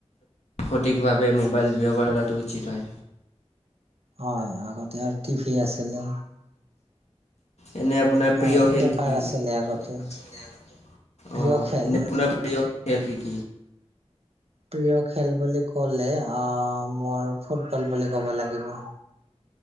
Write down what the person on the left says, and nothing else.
সঠিকভাৱে মোবাইল ব্যৱহাৰ কৰাটো উচিত হয়।
এনে আপোনাৰ প্ৰিয়
খেল
কি?
অ',
এনে
আপোনাৰ প্ৰিয় খেল কি কি?